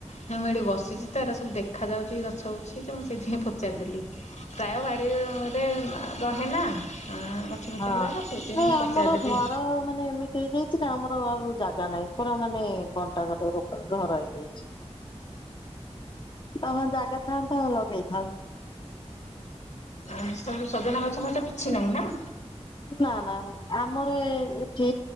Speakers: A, on the left; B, on the left.
A: ହଁ ମୁଁ ଏଠି ବସିଚି ତ, ଏରା ସବୁ ଦେଖା ଯାଉଚି ଗଛ ଗୁଛି ତ ମୁଁ ସେଇଥିପାଇଁ ପଚାରିଦେଲି। ପ୍ରାୟ ବାଡିରେ ରହେ ନା ଆଁ ଗଛ
B: ହଁ।
A: ଗୁରାକ ସେଇଥିପାଇଁ
B: ନାଇଁ
A: ମୁଁ
B: ଆମର
A: ପଚାରିଦେଲି।
B: ଘର ମାନେ ଏମିତି ହେଇଯାଇଚି ନା ଆମର ଆଉ ଜାଗା ନାହିଁ, ପୁରା ମାନେ କଣ୍ଟା କଣ୍ଟି ଉପରେ ଘର ହେଇଯାଇଛି। ଅ ହଁ ଜାଗା ଥାନ୍ତା ହଁ ଲଗେଇଥାନ୍ତି।
A: ଆଚ୍ଛ, ସବୁ ସଜନା ଗଛ ଫଛ କିଛି ନାହିଁ ନା?
B: ନା ନା ଆମର ଏ ଏଠି